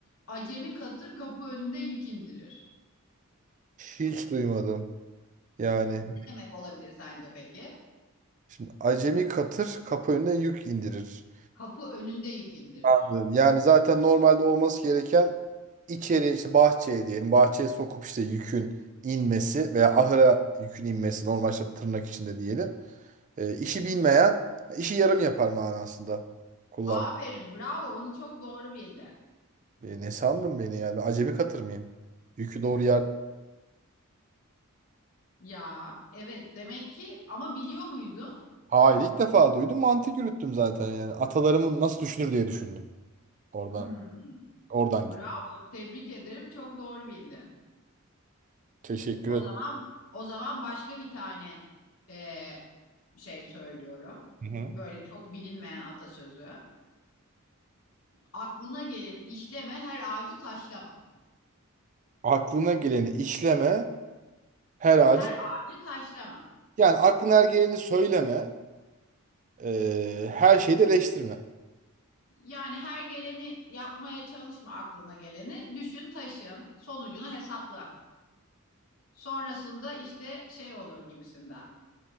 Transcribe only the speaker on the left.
acemi katır kapı önünde yük indirir.
Ne demek olabilir sence peki?
Kapı önünde yük indirir.
Aferin, bravo. Bunu çok doğru bildin.
Ya, evet. Demek ki ama biliyor muydun?
Hmm,
bravo.
Tebrik ederim. Çok doğru bildin.
O
zaman o zaman başka bir tane ee, şey söylüyorum.
Böyle çok bilinmeyen atasözü. Aklına gelin işleme her ağacı taşlama.
Her ağacı taşlama.
Yani her geleni yapmaya çalışma aklına geleni. Düşün, taşın, sonucunu hesapla. Sonrasında işte şey olur gibisinden.